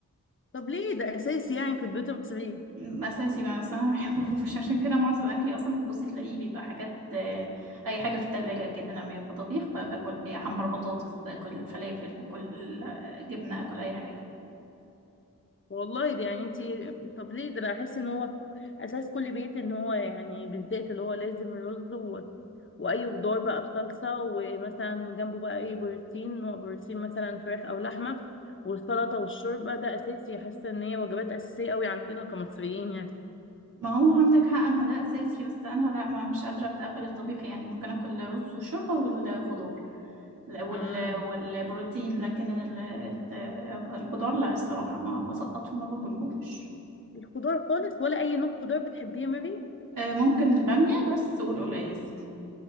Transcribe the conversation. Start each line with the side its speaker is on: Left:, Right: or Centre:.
Left: طب ليه ده اساسي يعني في البيوت المصريه
Right: اساسي ما بس انا ما بحبهوش <laughs> عشان كده معظم اكلي اصلا بتبصي تلاقيه بيبقى حاجات آه، اي حاجه في التلاجة كده لما يبقى طبيخ ب- باكل اي احمر بطاطس اكل فلافل اكل آه، جبنه اكل اي حاجه
Left: والله دي يعني انتي طب ليه ده انا احس ان هو اساس كل بيت ان هو يعني بالذات اللي هو لازم رز و... واي خضار بقى بصلصه ومثلا جنبه بقى اي بروتين نوع بروتين مثلا فراخ او لحمه والسلطه والشوربه ده اساسي حاسه ان هي وجبات اساسيه قوي عندنا كمصريين يعني
Right: ما هو عندك حق ما ده اساسي بس انا لا ما مش قادره اتقبل الطبيخ يعني ممكن اكل رز وشوربه والخضار لا، وال
Left: امم
Right: والبروتين لكن ال- ال- الخضار لا الصراحه ما بسقطه ما باكلهوش
Left: الخضار خالص ولا اي نوع خضار بتحبيه يا ماري
Right: آه، ممكن الباميه بس والقلقاس